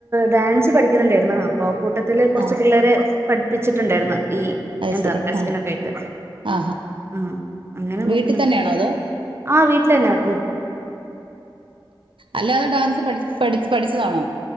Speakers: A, on the right (about 30°); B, on the right (about 75°).
A: ഡാൻസ് പഠിക്കുന്നുണ്ടായിര് ന്നു അപ്പോ കൂട്ടത്തില് കുറച്ച്
B: ആഹ്
A: പിള്ളേരെ പഠിപ്പിച്ചിട്ടുണ്ടായിരുന്നു ഈ
B: അത്
A: എന്താ
B: ശരി
A: ഫെസ്റ്റിനൊക്കെ
B: ആ
A: ആയിട്ട്
B: ആ
A: ആഹ് അങ്ങനെ നോക്കുന്നുണ്ട്
B: വീട്ടിൽ തന്നെയാണോ അതോ
A: ആഹ് വീട്ടിൽ തന്നെ നോക്കും
B: അല്ലാതെ ഡാൻസ് പഠിച്ച പഠി പഠിച്ചതാണോ